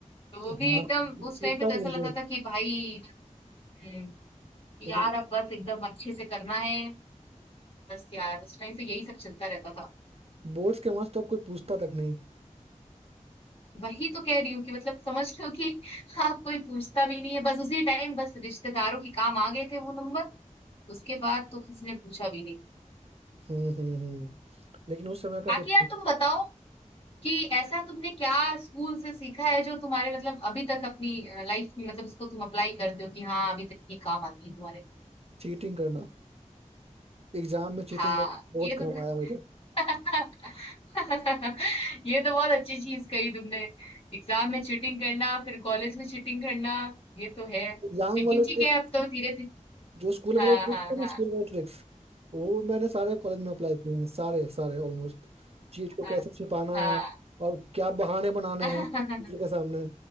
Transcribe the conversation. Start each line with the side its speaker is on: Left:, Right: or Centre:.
Left: तो वो
Right: हाँ
Left: भी
Right: हाँ,
Left: एकदम
Right: वो तो
Left: उस
Right: पूछता
Left: टाइम पे तो
Right: भी
Left: ऐसा
Right: नहीं
Left: लगता
Right: कोई
Left: था कि भाई हम्म, कि
Right: वो
Left: यार
Right: तो
Left: अब बस एकदम अच्छे से करना है बस यार उस टाइम तो यही सब चलता रहता था
Right: बोर्ड्स के मार्क्स तो अब कोई पूछता तक नहीं
Left: वही तो कह रही हूँ कि मतलब समझ लो कि <laughs> आप कोई पूछता भी नहीं है बस उसी टाइम बस रिश्तेदारों के काम आ गए थे वो नंबर उसके बाद तो किसी ने पूछा भी नहीं
Right: हम्म हम्म हम्म लेकिन उस समय का
Left: बाकी
Right: जो
Left: यार तुम बताओ कि ऐसा तुमने क्या स्कूल से सीखा है जो तुम्हारे मतलब अभी तक अपनी लाइफ में मतलब इसको तुम अप्लाई करते हो कि हाँ अभी तक ये काम आ गई तुम्हारे
Right: चीटिंग करना एग्जाम में चीटिंग
Left: हाँ
Right: करना बहुत
Left: ये तो
Right: काम आया मुझे
Left: <laughs> <laughs> ये तो बहुत अच्छी चीज कही तुमने एग्जाम में चीटिंग करना फिर कॉलेज में चीटिंग करना ये तो है
Right: एग्जाम
Left: लेकिन
Right: वाले
Left: ठीक है अब तो धीरे धीरे
Right: जो स्कूल वाले
Left: हाँ
Right: ट्रिक्स
Left: हाँ
Right: थे ना
Left: हाँ
Right: स्कूल वाले ट्रिक्स वो मैंने सारे कॉलेज में अप्लाई किए हैं सारे सारे ऑलमोस्ट चीट को
Left: हाँ
Right: कैसे छिपाना
Left: हाँ
Right: है और क्या बहाने बनाने
Left: हाँ
Right: हैं टीचर
Left: <laughs>
Right: के सामने